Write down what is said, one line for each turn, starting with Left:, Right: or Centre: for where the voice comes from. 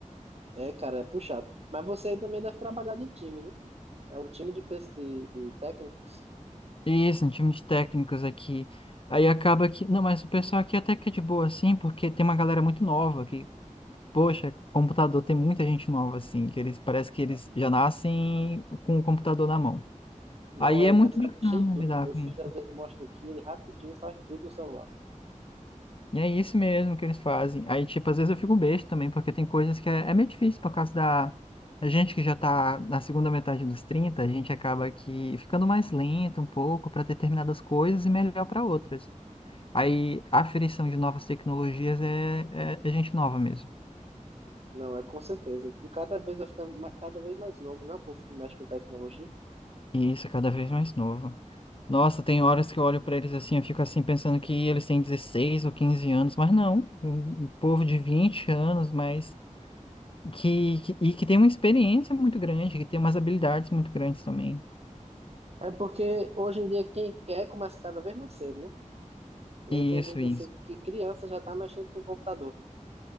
Right: É, cara, é puxado. Mas você também deve trabalhar de time, né? É um time de, pes- de de técnicos.
Left: Isso, um time de técnicos aqui. Aí acaba que. Não, mas o pessoal aqui até que é de boa, assim, porque tem uma galera muito nova que, poxa, computador tem muita gente nova, assim, que eles parece que eles já nascem com o computador na mão.
Right: Não,
Left: Aí
Right: ele
Left: é muito
Right: já sabe
Left: bacana
Right: mexer em tudo.
Left: lidar
Right: Meu
Left: com
Right: filho
Left: isso.
Right: às vezes mostra aqui, ele rapidinho faz tudo no celular.
Left: E é isso mesmo que eles fazem. Aí, tipo, às vezes eu fico besta também, porque tem coisas que é, é meio difícil por causa da. A gente que já tá na segunda metade dos 30 a gente acaba que ficando mais lento um pouco para determinadas coisas e melhor para outras. Aí a aferição de novas tecnologias é, é, é gente nova mesmo.
Right: Não, é com certeza. E cada vez vai ficando ma- cada vez mais novo, né? O povo que mexe com tecnologia.
Left: E isso é cada vez mais novo. Nossa, tem horas que eu olho para eles assim, eu fico assim pensando que eles têm 16 ou 15 anos, mas não, um um povo de 20 anos, mas Que, que- e que tem uma experiência muito grande, que tem umas habilidades muito grandes também.
Right: É porque hoje em dia quem quer começa cada vez mais cedo, né? E
Left: Isso,
Right: aí tem gente
Left: isso.
Right: assim que criança já tá mexendo com o computador.